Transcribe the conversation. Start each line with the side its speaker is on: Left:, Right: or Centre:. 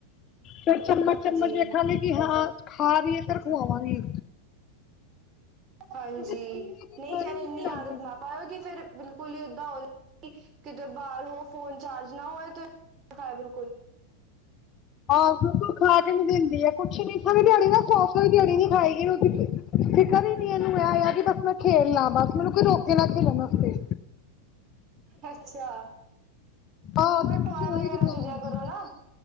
Left: ਫੇਰ ਚੱਮਚ-ਚੱਮਚ
Right: ਹਾਂਜੀ
Left: ਵੇਖਾਂਗੀ ਕਿ ਹਾਂ ਖਾ ਰੀ ਏ ਫੇਰ ਖਵਾਵਾਂਗੀ।
Right: ਹਾਂਜੀ,
Left: ਸਾਰੇ
Right: ਨਈਂ ਖੈਰ
Left: ਰੋਟੀ
Right: ਇੰਨੀ
Left: ਖਾਂਦੇ
Right: ਆਦਤ
Left: ਜੀ
Right: ਨਾ ਪਾਏਓ ਕਿ ਫੇਰ ਬਿਲਕੁਲ ਹੀ ਏਦਾਂ ਹੋ ਜੇ ਕਿ ਕਿਤੇ ਬਾਹਰ ਹੋ ਫੋਨ ਚਾਰਜ ਨਾ ਹੋਏ ਤੇ <inaudible> ਖਾਏ ਬਿਲਕੁਲ।
Left: ਆਹੋ ਖਾ ਕੇ ਨੀ ਦਿੰਦੀ ਐ। ਕੁਛ ਨੀ, ਪੂਰੀ ਦਿਆੜੀ ਨਾ ਸਾਰੀ-ਸਾਰੀ ਦਿਆੜੀ ਨੀ ਖਾਏਗੀ ਰੋਟੀ। ਫ਼ਿਕਰ ਈ ਨੀ ਐਨੂੰ, ਐ ਯਾ ਕਿ ਬਸ ਮੈਂ ਖੇਲ ਲਾਂ ਬਸ, ਮੈਨੂੰ ਕੋਈ ਰੋਕੇ ਨਾ ਖੇਲਣ ਆਸਤੇ।
Right: ਅੱਛਾ!
Left: ਆਹ
Right: ਓਨੂੰ ਕੋਈ
Left: ਖਿਲਾਓ
Right: ਟੋਏ ਵਗੈਰਾ
Left: ਜਿੰਨਾ
Right: ਦੇ ਦਿਆ
Left: ਮਰਜ਼ੀ
Right: ਕਰੋ ਨਾ।